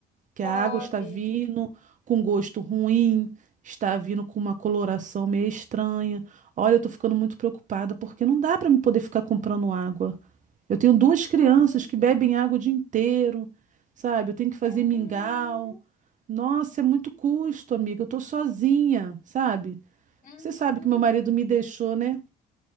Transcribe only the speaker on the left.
Pode.
Aonde?
Uhum,
uhum,